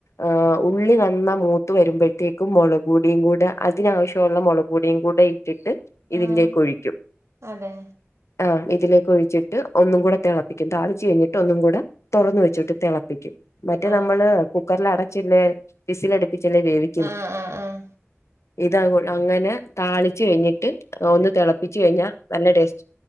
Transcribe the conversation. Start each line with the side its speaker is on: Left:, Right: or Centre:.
Left: എ് ഉള്ളി നന്ന മൂത്ത് വരുമ്പോഴത്തേക്കും മൊളകൊടിയും കൂടെ അതിനാവശ്യമുള്ള മൊളക് കുടിയും കൂടെ ഇട്ടിട്ട് ഇതിലേക്ക്
Right: ആഹ്
Left: ഒഴിക്കും
Right: അതെ
Left: ആഹ് ഇതിലേക്ക് ഒഴിച്ചിട്ട് ഒന്നും കൂടെ തെളപ്പിക്കും താളിച്ചു കഴിഞ്ഞിട്ട് ഒന്നും കൂടെ തൊറന്ന് വെച്ചിട്ട് തെളപ്പിക്കും മറ്റേ
Right: ആഹ്
Left: നമ്മള് കുക്കറിൽ അടച്ചന്നേ വിസിലടിപ്പിച്ചന്നേ വേവി
Right: ആഹ് ആഹ് ആഹ്
Left: ഇതാ അങ്ങോ അങ്ങനെ താളിച്ച് കഴിഞ്ഞിട്ട് എഹ് ഒന്ന് തെളപ്പിച്ചു കഴിഞ്ഞാ നല്ല ടേസ്റ്റ്